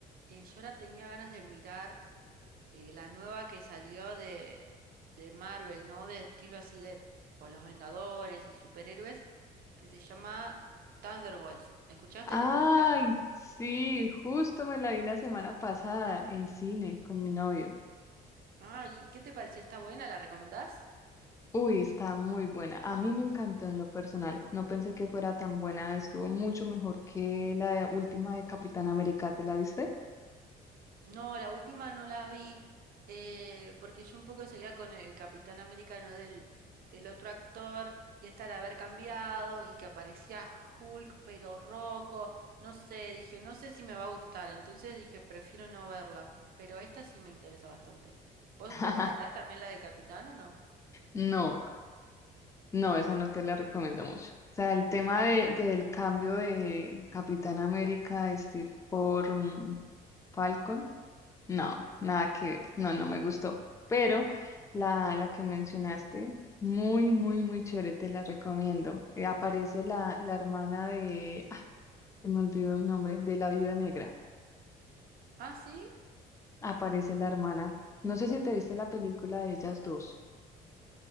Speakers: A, on the right (about 60°); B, on the left (about 20°).
A: eh, yo ahora tenía ganas de mirar eh, la nueva que salió de, de Marvel, ¿no? De estilo así de tipo Los Vengadores y superhéroes, que se llama Thunderbolts. ¿Escuchaste
B: Ay,
A: esa película?
B: sí, justo me la vi la semana pasada en cine con mi novio.
A: Ay, ¿qué te pareció? ¿Está buena? ¿La recomendás?
B: Uy, está muy buena. A mí me encantó en lo personal. No pensé que fuera tan buena. Estuvo mucho mejor que la de- última de Capitán América. ¿Te la viste?
A: No, la última no la vi eh, porque yo un poco seguía con el Capitán Americano del, del otro actor y hasta al haber cambiado y que aparecía Hulk pero rojo, no sé, dije, no sé si me va a gustar, entonces dije, prefiero no verla, pero esta sí me interesa bastante. ¿Vos
B: <laughs>
A: recomendás también la del Capitán o no?
B: No. No, esa no te la recomiendo mucho. O sea, el tema de, del cambio de Capitán América de Steve por mm, Falcon, no,
A: Mm.
B: nada que ver. No, no me gustó. Pero la, la que mencionaste, muy, muy, muy chévere, te la recomiendo. Eh, aparece la, la hermana de, ah, se me olvidó el nombre, de la Viuda Negra.
A: ¿Ah, sí?
B: Aparece la hermana. No sé si te viste la película de ellas dos.